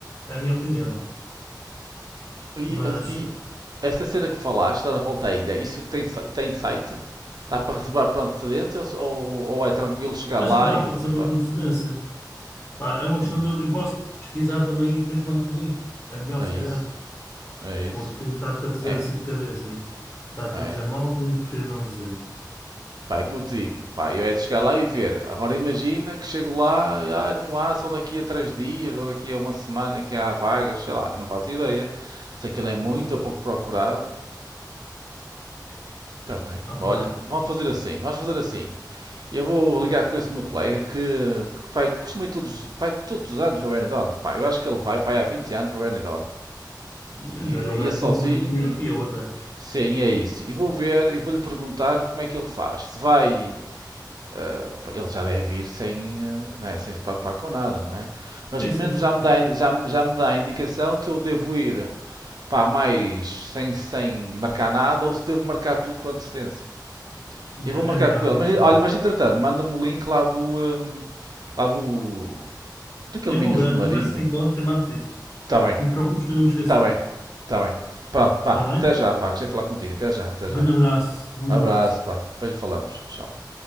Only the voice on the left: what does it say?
É a minha opinião.
Mas
acho
que dá
para
saber com antecedência. Pá, é uma questão
de. Eu posso pesquisar também e depois mando-te o link. É melhor,
se
calhar.
Porque está-te a dizer
assim de cabeça aí. Está-te
a dizer mal, também eu prefiro não dizer.
Estou
a perceber?
Ah, pá.
Então
ele
deve
conhecer muito melhor que eu, até.
Sim,
sim,
sim,
sim.
sim.
Yeah,
é melhor,
ligas
comigo.
E Eu
vou ver,
vou ver se te encontro e mando-te isso.
Não te preocupes que eu não me esqueço
de ti.
Está bem?
Um
grande abraço. Um grande
abraço.